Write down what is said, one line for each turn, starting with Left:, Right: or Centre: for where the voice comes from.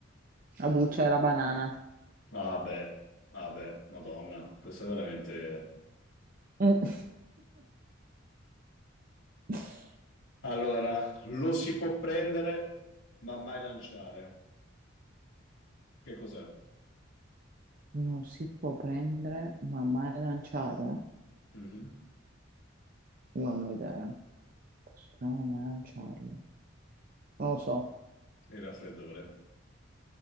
Right: La buccia e la banana.
Left: Ah beh, ah beh, Madonna, questo è veramente...
Right: Mm. <laughs>
Left: Allora, lo si può prendere, ma mai lanciare. Che cos'è?
Right: Non si può prendere, ma mai lanciare?
Left: Mhm.
Right: Non ho idea. Posso prendere, ma mai lanciarlo? Non lo so.
Left: Il raffreddore.